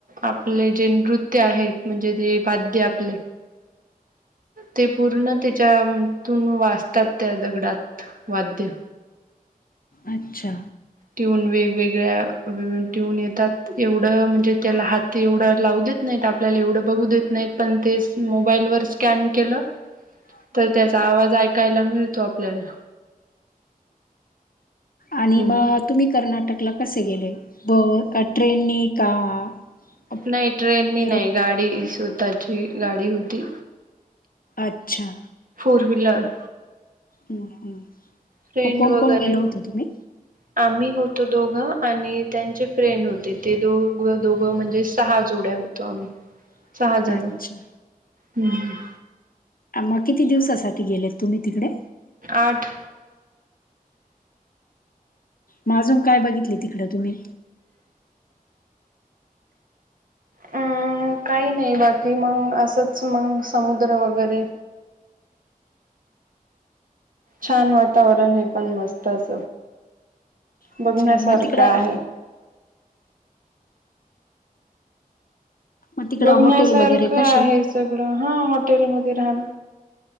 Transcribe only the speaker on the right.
आपले जे नृत्य आहेत, म्हणजे जे वाद्य आपले ते पूर्ण ते त्याच्यातून वाजतात त्या दगडात वाद्य
ट्यून वेगवेगळ्या ट्यून येतात एवढं म्हणजे त्याला हात ते एवढं लावू देत नाहीत आपल्याला एवढं बघू देत नाहीत पण ते मोबाईलवर स्कॅन केलं
तर त्याचा आवाज ऐकायला मिळतो आपल्याला.
हम्म
नाही ट्रेननी नाही
गाडी, स्वतःची गाडी होती.
फोर व्हीलर
फ्रेंड
वगैरे
मग
आम्ही होतो दोघं, आणि त्यांचे फ्रेंड होते, ते दोघ दोघं म्हणजे सहा जोड्या होतो, आम्ही.
सहाजन
हम्म
आठ
अ काही नाही बाकी मंग असंच मंग समुद्र वगैरे छान वातावरण आहे, पण मस्त अस
बघण्यासारक
आहे.
बघण्यासारखं
आहे सगळं हा, हॉटेलमध्ये राहण